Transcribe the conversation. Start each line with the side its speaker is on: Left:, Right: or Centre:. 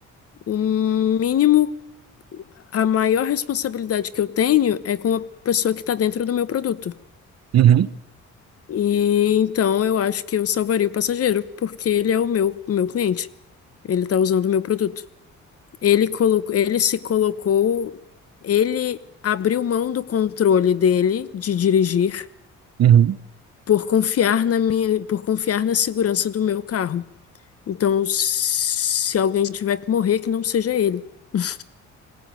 Left: o mínimo a maior responsabilidade que eu tenho é com a pessoa que está dentro do meu produto.
Right: uhum, uhum,
Left: E então eu acho que eu salvaria o passageiro, porque ele é o meu, o meu cliente. Ele está usando o meu produto. Ele colocou, ele se colocou, ele abriu mão do controle dele de dirigir
Right: uhum.
Left: por confiar na minha, por confiar na segurança do meu carro. Então, se alguém tiver que morrer, que não seja ele. <laughs>